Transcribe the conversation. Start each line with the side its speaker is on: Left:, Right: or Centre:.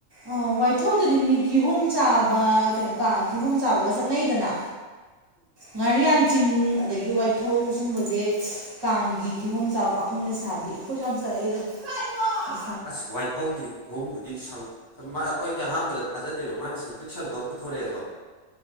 Right: ꯑ ꯋꯥꯏꯊꯧꯗꯗꯤ ꯃꯤ ꯀꯤꯍꯣꯝ ꯆꯥꯕ ꯀꯩꯅꯣ ꯀꯥ ꯀꯤꯍꯣꯝ ꯆꯥꯕꯒ ꯆꯠꯅꯩꯗꯅ ꯉꯥꯔꯤꯌꯥꯟ ꯆꯤꯡ ꯑꯗꯒꯤ ꯒꯤ ꯋꯥꯏꯊꯧ ꯁꯨꯝꯕꯁꯦ ꯀꯥꯡꯒꯤ ꯀꯤꯍꯣꯝ ꯆꯥꯕ ꯄꯥꯈꯪ ꯂꯩꯁꯥꯕꯤ ꯑꯩꯈꯣꯏꯁꯨ ꯌꯥꯝ ꯆꯠꯂꯛꯏꯗ ꯋꯥ
Left: ꯑꯁ ꯋꯥꯏꯊꯧꯒꯤ ꯀꯤꯍꯣꯝꯗꯨꯗꯤ ꯑꯩꯈꯣꯏꯗꯤ ꯑꯍꯥꯟꯕꯗ ꯊꯥꯖꯗꯦꯕ ꯃꯥꯅ ꯁꯪꯇ꯭ꯔꯤꯛ ꯁꯪꯐꯝ ꯄꯨꯊꯣꯔꯛꯑꯦꯕꯣ